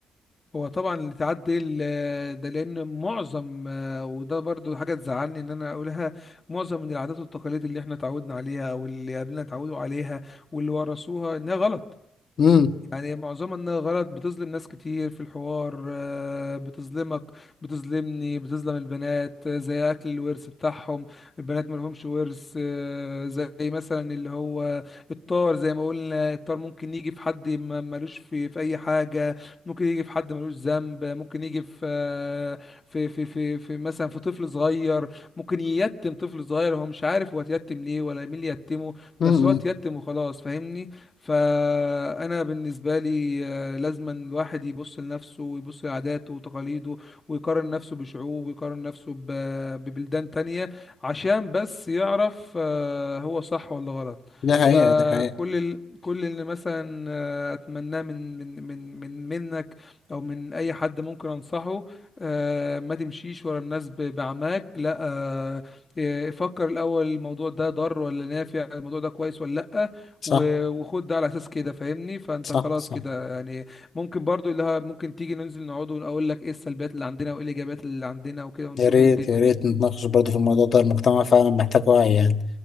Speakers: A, on the left (about 30°); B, on the left (about 60°).
A: هو طبعا اللي تعدي ال- ده لأن معظم آه، وده برضو حاجة تزعلني إن أنا أقولها معظم من العادات والتقاليد اللي إحنا اتعودنا عليها أو اللي قبلنا اتعودوا عليها واللي ورثوها إنها غلط
B: امم
A: يعني معظمها انها غلط بتظلم ناس كتير في الحوار آه، بتظلمك بتظلمني بتظلم البنات آه، زي اكل الورث بتاعهم البنات ملهمش ورث آه، زي مثلا اللي هو الطار زي ما قلنا الطار ممكن يجي في حد ما- ملوش في في اي حاجة ممكن يجي في حد ملوش ذنب ممكن يجي في آه، في في في, في مثلا في طفل صغير ممكن ييتم طفل صغير هو مش عارف هو اتيتم ليه ولا مين اللي يتمه
B: امم
A: بس هو اتيتم وخلاص فاهمني فانا بالنسبه لي آه، لازما الواحد يبص لنفسه ويبص لعاداته وتقاليده ويقارن نفسه بشعوب ويقارن نفسه ب- ببلدان تانية عشان بس يعرف آه، هو صح ولا غلط
B: دي حقيقة
A: فكل
B: دي حقيقة
A: ال... كل اللي مثلا آه، اتمناه من من من من منك او من اي حد ممكن انصحه آه، ما تمشيش ورا الناس ب- بعماك لا آه، آه، فكر الاول الموضوع ده ضار ولا نافع الموضوع ده كويس ولا لا
B: صح
A: و- وخد ده على اساس كده فاهمني فانت
B: صح
A: خلاص
B: صح
A: كده يعني ممكن برضو اللي ه- ممكن تيجي ننزل نقعد واقول لك ايه السلبيات اللي عندنا وايه الايجابيات اللي عندنا وكده ونشوف
B: يا ريت
A: الدنيا
B: يا ريت نتناقش برضه في الموضوع ده المجتمع فعلا محتاج وعي يعني